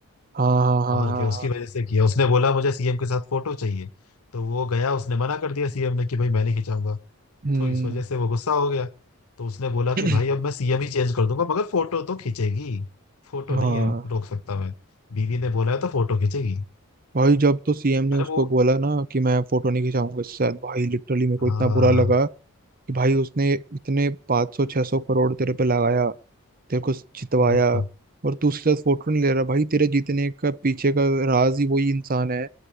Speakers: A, on the right (about 40°); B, on the left (about 75°).
A: हाँ हाँ हाँ
B: और
A: हाँ
B: क्या उसकी
A: हाँ
B: वजह से किया उसने बोला मुझे सीएम के साथ फोटो चाहिए तो वो गया उसने मना कर दिया सीएम ने कि भाई मैं नहीं खिंचाऊंगा
A: हम्म
B: तो इस वजह से वो गुस्सा हो गया तो उसने बोला
A: <clears throat>
B: कि भाई अब मैं सीएम ही चेंज कर दूंगा मगर फोटो तो खींचेगी फोटो
A: हाँ
B: नहीं रोक सकता मैं बीवी ने बोला है तो फोटो खींचेगी
A: भाई जब तो सीएम ने
B: अरे
A: उसको
B: वो
A: बोला ना कि मैं फोटो नहीं खिंचाऊंगा इससे भाई लिटरली मेरे को
B: हाँ
A: इतना बुरा लगा कि भाई उसने इतने 500 सौ छह सौ करोड़ तेरे पे लगाया तेरे को जितवाया
B: वही तो
A: और तू उसके साथ फोटो नहीं ले रहा भाई तेरे जीतने का पीछे का राज ही वही इंसान है